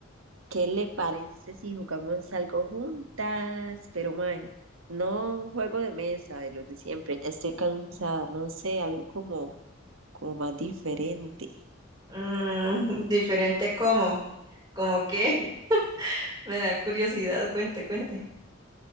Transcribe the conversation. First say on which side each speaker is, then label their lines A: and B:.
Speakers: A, on the right (about 75°); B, on the right (about 20°).
A: ¿Qué le parece si jugamos algo juntas? Pero mae, no un juego de mesa de los de siempre, ya estoy cansada, no sé, algo como, como más diferente.
B: Mm, <laughs> diferente cómo, como que <laughs> me da curiosidad, cuente, cuente.